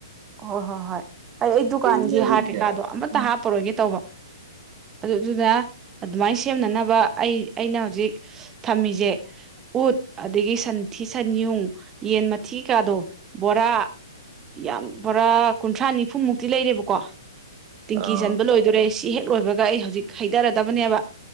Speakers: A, on the right; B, on the right.
A: ꯍꯣꯏ ꯍꯣꯏ ꯍꯣꯏ ꯑꯩ ꯑꯩ ꯗꯨꯀꯥꯟꯒꯤ
B: ꯐꯩꯅꯦ ꯑꯗꯨꯗꯤ
A: ꯍꯥꯔ ꯀꯩꯀꯥꯗꯣ ꯑꯃꯇ
B: ꯎꯝ
A: ꯍꯥꯞꯄꯔꯣꯏꯒꯦ ꯇꯧꯕ ꯑꯗꯨꯗꯨꯅ ꯑꯗꯨꯃꯥꯏꯅ ꯁꯦꯝꯅꯅꯕ ꯑꯩ ꯑꯩꯅ ꯍꯧꯖꯤꯛ ꯊꯝꯃꯤꯁꯦ ꯎꯠ ꯑꯗꯒꯤ ꯁꯟꯊꯤ ꯁꯟꯌꯨꯡ ꯌꯦꯟ ꯃꯊꯤ ꯀꯥꯗꯣ ꯕꯣꯔꯥ ꯌꯥꯝ ꯕꯣꯔꯥ ꯀꯨꯟꯊ꯭ꯔꯥ ꯅꯤꯐꯨꯃꯨꯛꯇꯤ ꯂꯩꯔꯦꯕꯀꯣ ꯇꯤꯡꯀꯤ
B: ꯑꯥ
A: ꯆꯟꯕ ꯂꯣꯏꯗꯣꯔꯦ ꯁꯤ ꯍꯦꯛ ꯂꯣꯏꯕ ꯑꯩ ꯍꯧꯖꯤꯛ ꯍꯩꯊꯔꯗꯕꯅꯦꯕ